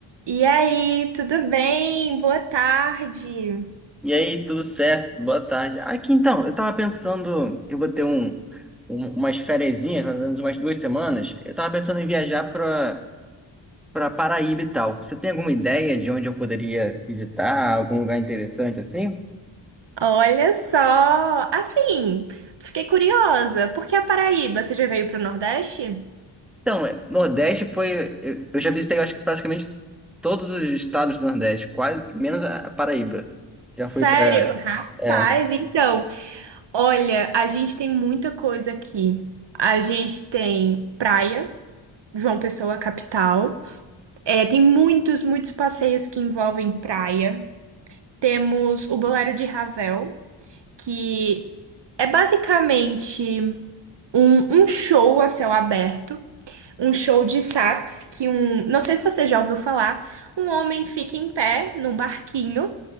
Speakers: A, on the right; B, in the centre.
A: E aí, tudo bem? Boa tarde.
B: E aí, tudo certo? Boa tarde. Aqui então, eu tava pensando, eu vou ter um, um- umas ferezinhas, mais ou menos umas duas semanas. Eu tava pensando em viajar pra para Paraíba e tal. Você tem alguma ideia de onde eu poderia visitar, algum lugar interessante assim?
A: Olha só, assim, fiquei curiosa, por que a Paraíba? Você já veio para o Nordeste?
B: Então, é, Nordeste foi, eu, eu já visitei, eu acho que praticamente todos os estados do Nordeste, quase menos a, a Paraíba. Já
A: Sério?
B: fui pra.
A: Rapaz,
B: é,
A: então, olha, a gente tem muita coisa aqui. A gente tem praia, João Pessoa, capital. É, tem muitos, muitos passeios que envolvem praia. Temos o Bolero de Ravel, que é basicamente um, um show a céu aberto, um show de sax que um, não sei se você já ouviu falar, um homem fica em pé num barquinho